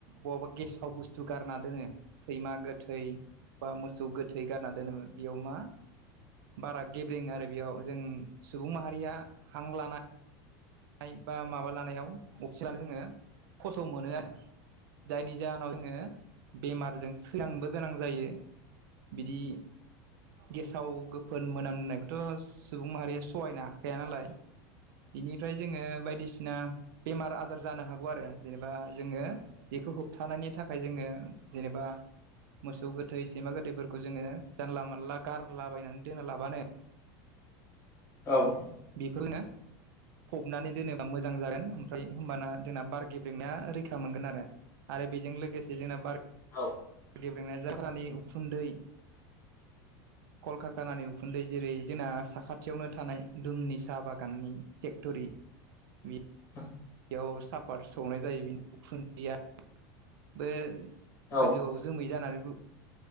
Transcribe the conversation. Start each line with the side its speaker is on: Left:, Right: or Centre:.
Right: बहाबा गेसाव बुस्थु गारना दोनो सैमा गोथै बा मोसौ गोथै गारना दोनोब्ला बेयाव मा बारा गेब्रेङो आरो बेयाव जों सुबुं माहारिया हां लानाय नाय बा माबा लानायाव अक्सि जोङो खस्थ' मोनो आरो जायनि जाहोनाव जोङो बेमारजों थैलांनोबो गोनां जायो बिदि गेसाव गोब फोन मोनामनायखौथ' सुबुं माहारिया सहायनो हाखाया नालाय बिनि फ्राय जोङो बायदिसिना बेमार आजार जानो हागौ आरो जेनेबा जोङो बेखौ होबथानायनि थाखाय जोङो जेनेबा मोसौ गोथै सैमा गोथैफोरखौ जोङो जानला मोनला गारलाबायनानै दोना लाबानो
Left: औ
Right: बेखौ फबनानै दोनोबा मोजां जागोन ओमफ्राय होमबाना जोंना बार गेब रोंना रैखा मोनगोन आरो बेजों लोगोसे जोंना बार
Left: औ
Right: गेब्रेंनाय जखानि उखुन्दै कलकारखानानि उखुन्दै जेरै जोंना साखाथियावनो थानाय दुमनि साहा बागाननि फेक्ट'रि बि
Left: <inaudible>
Right: बेयाव साफार सौनाय जायो बिनि उखुन्दैया बो
Left: औ
Right: गोजौआव जोमै जानानैबो